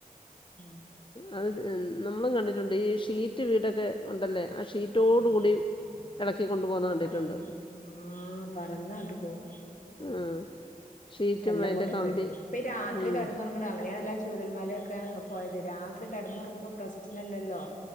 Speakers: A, on the left; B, on the left.
A: ഉം
B: അത് നമ്മളും കണ്ടിട്ടുണ്ട് ഈ ഷീറ്റ് വീടൊക്കെ ഉണ്ടല്ലേ ആ ഷീറ്റ് ഷീറ്റോടു
A: ആഹ്
B: കൂടി എളക്കിക്കൊണ്ടു പോകുന്നത് കണ്ടിട്ടുണ്ട്.
A: പറന്ന് ആഹ് പറന്നാട്ട് പോവും.
B: ആഹ് ഷീറ്റും
A: എല്ലാം
B: അയ്ന്റെ
A: കൊണ്ടും
B: കമ്പി.
A: പേടി ഇപ്പ ഈ രാത്രി
B: ഉം.
A: കിടന്നുറങ്ങണ അങ്ങനെയാണല്ലോ ആ ചൂരൽ മലയൊക്കെ പോയത്. രാത്രി കെട്ന്നൊറങ്ങുമ്പോ പ്രശ്നല്ലല്ലോ